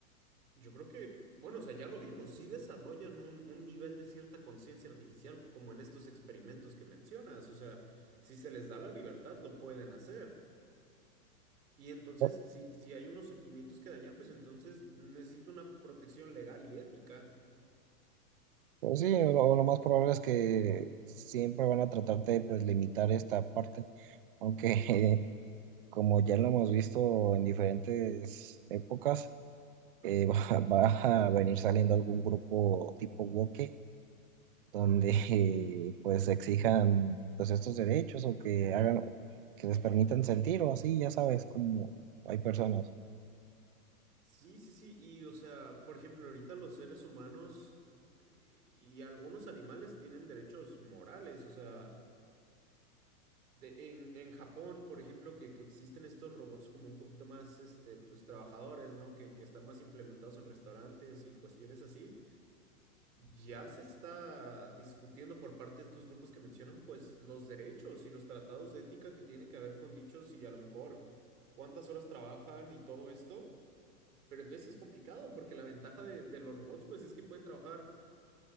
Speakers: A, on the right; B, on the right.
A: yo creo que, bueno, o sea, ya lo vimos, sí desarrollan un, un nivel de cierta conciencia artificial como en estos experimentos que mencionas, o sea, si se les da la libertad, lo pueden hacer. Y entonces,
B: Pu-
A: si, si hay unos sentimientos que dañar, pues entonces necesito una protección legal y ética.
B: Pues sí, lo, lo más probable es que siempre van a tratar de pues, limitar esta parte, aunque <laughs> como ya lo hemos visto en diferentes épocas, eh, <laughs> va, va a venir saliendo algún grupo tipo woke donde eh, pues exijan pues estos derechos o que hagan, que les permitan sentir o así, ya sabes, como hay personas.
A: Sí, sí, sí. Y o sea, por ejemplo, ahorita los seres humanos eh, y algunos animales tienen derechos morales. O sea, de, en, en Japón, por ejemplo, que, que existen estos robots como un poquito más, este, pues trabajadores, ¿no? Que, que están más implementados en restaurantes y cuestiones así. Ya se está discutiendo por parte de estos grupos que mencionan, pues, los derechos y los tratados de ética que tiene que ver con dichos y a lo mejor cuántas horas trabajan y todo esto. Pero entonces es complicado porque la ventaja de, de los robots, pues, es que pueden trabajar